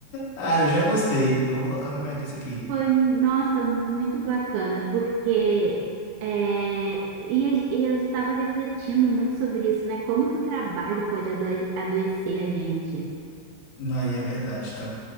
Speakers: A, on the left (about 70°); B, on the right (about 80°).
A: Ah, eu já gostei. Eu vou colocar na minha lista aqui.
B: Foi, nossa, muito bacana, porque é, e, a- e eu estava refletindo muito sobre isso, né? Como que o trabalho pode adoe- adoecer a gente?
A: Não, aí é verdade, tá?